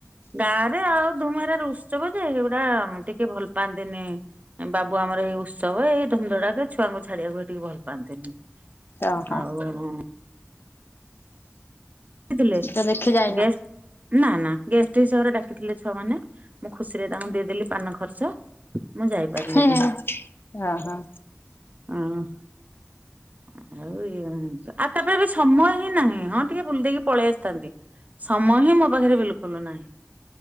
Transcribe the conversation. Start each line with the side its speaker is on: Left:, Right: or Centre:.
Right: ଗାଁ ରେ ଆଉ ଧୁମେହେରା ଉତ୍ସବ ଯେ ଏଇଗୁଡା ଟିକେ ଭଲ ପାଆନ୍ତିନି। ବାବୁ ଆମର ଏଇ ଉତ୍ସବ ଏଇ ଧୁମଧୋରାକ ଛୁଆଙ୍କୁ ଛାଡିବାକୁ ହେଇଟିକି ଭଲ ପାଆନ୍ତିନି।
Left: ଓହୋ।
Right: ଆଉ କି ଥିଲେ
Left: ତ ଦେଖି ଯାଇନ?
Right: ଗେଷ୍ଟ୍ ନା ନା ଗେଷ୍ଟ ହିସାବରେ ଡାକିଥିଲେ ଛୁଆ ମାନେ ମୁଁ ଖୁସିରେ ତାଙ୍କୁ ଦେଇଦେଲି ପାନ ଖର୍ଚ୍ଚ। ମୁଁ ଯାଇପାରିଲିନି
Left: ହେ ହେ ହଁ ହଁ।
Right: ଅଁ ଆଉ ଇଏ ଆଉ ତାପରେ ଏ ବି ସମୟ ହିଁ ନାହିଁ ହଁ ଟିକେ ବୁଲି ଦେଇକି ପଳେଇ ଆସିଥାନ୍ତି, ସମୟ ହିଁ ମୋ ପାଖରେ ବିଲକୁଲ ନାହିଁ।